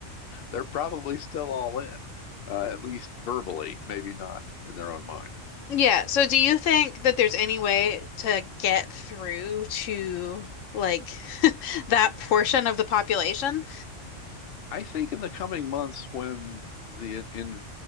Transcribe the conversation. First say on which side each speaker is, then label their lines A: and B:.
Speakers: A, on the left; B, on the left.
A: they're probably still all in, uh, at least verbally, maybe not in their own mind.
B: Yeah. So do you think that there's any way to get through to like <laughs> that portion of the population?
A: I think in the coming months, when the in